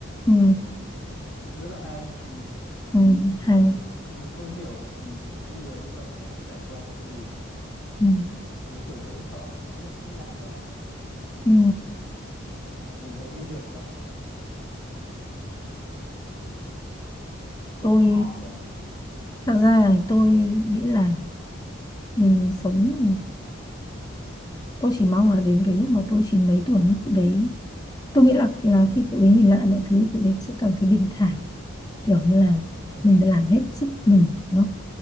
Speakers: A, on the left (about 20°); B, on the left (about 85°).
A: ừ
B: Đấy, thì thấy cũng cũng rất là hay ừ.
A: ừ hay
B: thì mình không hiểu ừ, những cái người như vậy họ đã trải qua những cái gì
A: ừ
B: và đến tuổi đấy thì họ vẫn có thể rất lạc quan
A: ừ
B: hay là mình có nghĩ nhiều quá không cũng
A: tôi
B: khó nhỉ
A: thật ra thì tôi nghĩ là mình sống thì tôi chỉ mong là đến cái lúc mà tôi chỉ mấy tuổi như cụ đấy tôi nghĩ là là
B: ừ
A: khi cụ đấy nhìn lại mọi thứ cụ đấy sẽ cảm thấy bình thản kiểu như là
B: ừ
A: mình đã làm hết sức mình đúng không